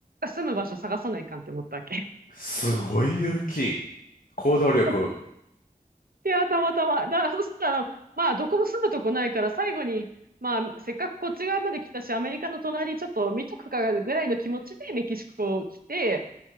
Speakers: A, on the right; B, on the left.
A: 住む場所探さないかんって思ったわけ。
B: すごい勇気。行動力。
A: <laughs> いや、たまたま。だからそしたら、まあどこも住むとこないから最後に、まあ、せっかくこっち側まで来たし、アメリカの隣ちょっと見とくかぐらいの気持ちでメキシコ来て、